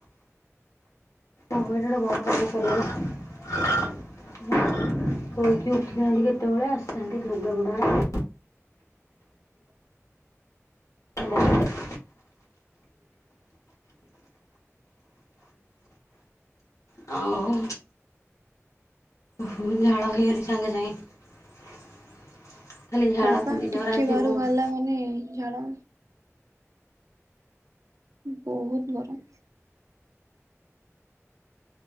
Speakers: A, on the left (about 75°); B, on the right (about 85°).
A: ଓ ହୋ ଏ ଟା ଗୋଟେ ବଡ଼ କାମ ସରିଗଲା। ଶୋଇକି ଉଠିଥାନ୍ତି କେତେବେଳେ ଆସିଥାନ୍ତି ଲୁଗା ପଟା ଆଡେ କଣ କରୁଥିଲ? ଆଉ, ମୁଁ ବି ଝାଳ ହେଇ ଗଲି ସାଙ୍ଗେ ସାଙ୍ଗେ। ଖାଲି ଝାଳ
B: ହଁ ବା
A: ତ ଦିନ
B: ଟିକେ
A: ରାତି
B: ବାହାରୁକୁ
A: ବହୁତ
B: ବାହାରିଲା ମାନେ ଝାଳ ବହୁତ ଗରମ।